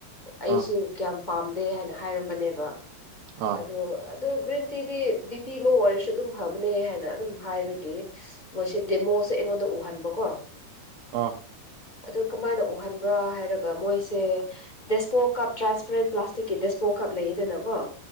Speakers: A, on the left; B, on the right.
A: ꯑꯩꯁꯤ
B: ꯑꯥ
A: ꯀꯌꯥꯝ ꯄꯥꯝꯗꯦ ꯍꯥꯏꯅ ꯍꯥꯏꯔꯝꯕꯅꯦꯕ
B: ꯑꯥ
A: ꯑꯗꯨ ꯑꯗꯨ ꯒ꯭ꯔꯤꯟ ꯇꯤꯗꯤ ꯕꯤ ꯄꯤ ꯂꯣ ꯑꯣꯏꯔꯁꯨ ꯑꯗꯨꯝ ꯐꯕꯅꯦ ꯍꯥꯏꯅ ꯑꯗꯨꯝ ꯍꯥꯏꯕꯒꯤ ꯃꯣꯏꯁꯦ ꯗꯦꯃꯣꯁꯦ ꯑꯩꯉꯣꯟꯗ ꯎꯍꯟꯕ ꯀꯣ
B: ꯑꯥ
A: ꯑꯗꯨ ꯀꯃꯥꯏꯅ ꯎꯍꯟꯕ꯭ꯔꯥ ꯍꯥꯏꯔꯒ ꯃꯣꯏꯁꯦ ꯗꯦꯁꯄꯣ ꯀꯞ ꯇ꯭ꯔꯥꯟꯁꯄꯦꯔꯦꯟ ꯄ꯭ꯂꯥꯁꯇꯤꯛꯀꯤ ꯗꯦꯁꯄꯣ ꯀꯞ ꯂꯩꯌꯦꯗꯅ ꯀꯣ